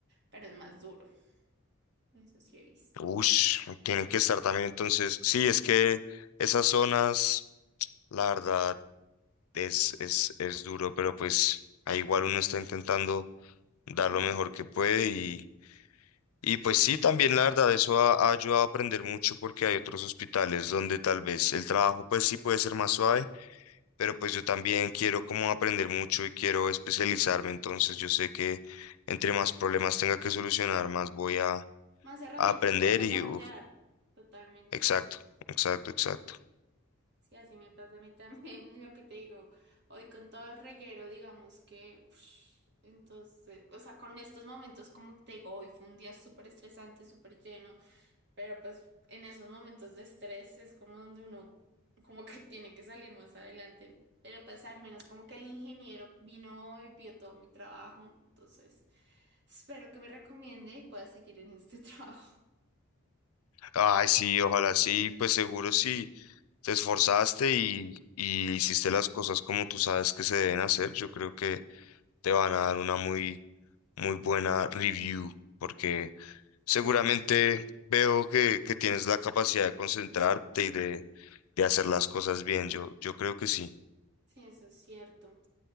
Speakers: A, on the right; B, on the left.
A: pero es más duro, eso sí he visto.
B: Ush, tienen que estar también entonces. Sí, es que esas zonas, la verdad, es, es, es duro, pero pues ahí igual uno está intentando dar
A: Claro.
B: lo mejor que puede y, y pues sí, también la verdad, eso ha, ha ayudado a aprender mucho porque hay otros hospitales donde tal vez el trabajo pues sí puede ser más suave, pero pues yo también quiero como aprender mucho y quiero especializarme, entonces yo sé que entre más problemas tenga que solucionar, más voy a,
A: Más herramientas
B: a aprender
A: vas a
B: y,
A: desarrollar,
B: uf,
A: totalmente.
B: exacto, exacto,
A: totalmente.
B: exacto.
A: Sí, así me pasa a mí también, <laughs> lo que te digo, hoy con todo el reguero, digamos que, ush, entonces, o sea, con estos momentos, como te digo, hoy fue un día súper estresante, súper lleno, pero pues en esos momentos de estrés es como donde uno, como que <laughs> tiene que salir más adelante, pero pues al menos como que el ingeniero vino hoy, vio todo mi trabajo, entonces, espero que me recomiende y pueda seguir en este <laughs> trabajo.
B: Ay, sí, ojalá sí, pues seguro si te esforzaste y, y hiciste las cosas como tú sabes que se deben hacer, yo creo que te van a dar una muy, muy buena review, porque seguramente veo que, que tienes la capacidad de concentrarte y de, de hacer las cosas bien, yo, yo creo que sí.
A: Sí, eso es cierto.